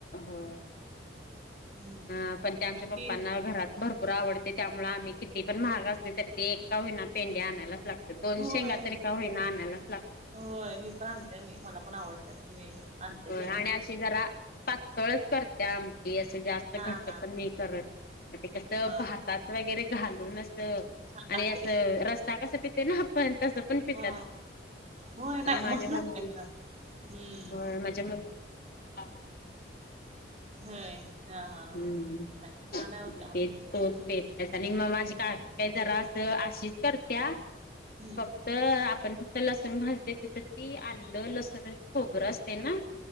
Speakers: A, on the left (about 55°); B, on the right (about 35°).
A: होय
B: हम्म
A: हा पण त्या आमच्या
B: आणि
A: पप्पांना
B: ते
A: घरात भर तुरा आवडते त्यामुळे आम्ही किती पण महाग असले तरी ते एक का होईना पेंडे आणायलाच लाग दोन
B: होय
A: शेंगा तरी का होईना आणायलाच लाग
B: होय मी पण आणते मी मला पण आवडत मी आणते
A: होय
B: शेंगा
A: आणि अशी जरा पातळच करते आम की असं जास्त
B: हा
A: घट्ट
B: हा
A: पण नाही करत म तेे कसं
B: हा
A: भातात वगैरे घालून असं
B: छान
A: आणि
B: लागतय
A: असं रस्ता कसं पिते ना आपण तसं पण पितात
B: हा होय नाही
A: माझ्या
B: मस्त लागतय
A: अम मम्मी
B: खरं हम्म
A: होय मा ज्या मग आवड <inaudible>
B: होय हा हा
A: हम्म.
B: हा. छान होतं
A: मग
B: आमटी
A: तेच
B: पटकन.
A: <unintelligible> आणि मग माझी काकी काय जरा असं अशीच करत्या
B: हम्म
A: फक्त आपण
B: मग
A: ते लसूण घालते तिथं ती आलं, लसूण आणि खोबरं असते ना